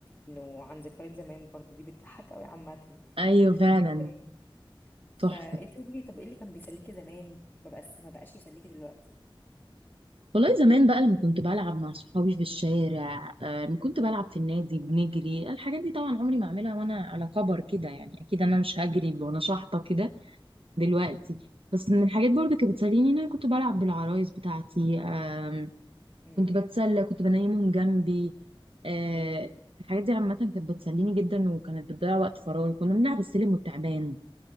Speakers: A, on the left (about 20°); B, on the right (about 85°).
A: إنه عن ذكريات زمان برضو دي بتضحك أوي عامة
B: أيوة
A: ذكريات
B: فعلا
A: زمان دي. فأنت
B: تحفة
A: قولي لي طب إيه اللي كان بيسليكي زمان ما بقاش ما بقاش يسليكي دلوقتي
B: والله زمان بقى لما كنت بلعب مع صحابي في الشارع آه، لما كنت بلعب في النادي بنجري الحاجات دي طبعا عمري ما اعملها وانا على كبر كده يعني اكيد انا مش هجري وانا شحطه كده دلوقتي بس من الحاجات برضه كانت بتسليني ان انا كنت بلعب بالعرايس بتاعتي آم،
A: امم
B: كنت بتسلى كنت بنيمهم جنبي آه،
A: امم
B: الحاجات دي عامة كانت بتسليني جدا وكانت بتضيع وقت فراغي كنا بنلعب السلم والتعبان